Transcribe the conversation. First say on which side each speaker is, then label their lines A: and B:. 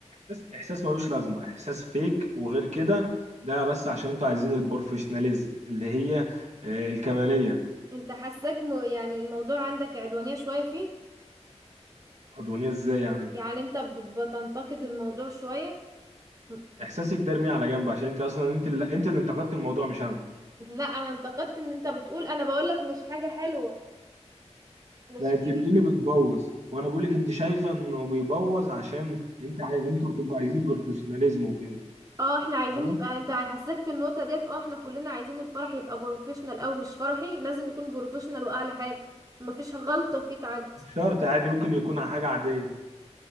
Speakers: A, on the right (about 75°); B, on the right (about 30°).
A: بس احساس ملوش لازمه احساس فيك وغير كده ده بس عشان انتوا عايزين البروفيشناليزم اللي هي آه، الكماليه
B: انت حاساك م... يعني الموضوع عندك عدوانية شوية فيه
A: عدوانيه ازاي يعني
B: يعني انت ب... بتنتقد الموضوع شوية م-
A: احساسك ده ارميه على جنب عشان انت اصلا انت اللي انت اللي انتقدت الموضوع مش انا
B: لا انا انتقدت ان انت بتقول انا بقولك مش حاجة حلوة مش
A: لا
B: حاجة
A: انت بتقولي بتبوظ وانا بقولك انت شايفه انه بيبوظ عشان انت عاي... انتوا بتبقوا عايزين بروفيشناليزم وكده
B: اه احنا عايزين
A: فاهمه
B: نبقى انت حاساك في النقطة ديت اه احنا كلنا عايزين الفرح يبقى بروفيشنال او مش فرحي لازم يكون بروفيشنال واعلى حاجة مفيش غلطة فيه تعدي
A: مش شرط عادي ممكن يكون حاجه عاديه